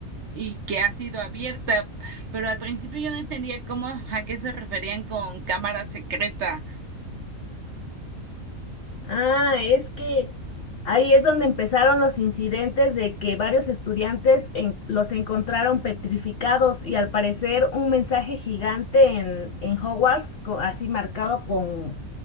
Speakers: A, on the right; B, on the left.
A: y que ha sido abierta, pero al principio yo no entendía cómo a qué se referían con cámara secreta.
B: Ah, es que ahí es donde empezaron los incidentes de que varios estudiantes en- los encontraron petrificados y al parecer un mensaje gigante en, en Hogwarts, co- así marcado con,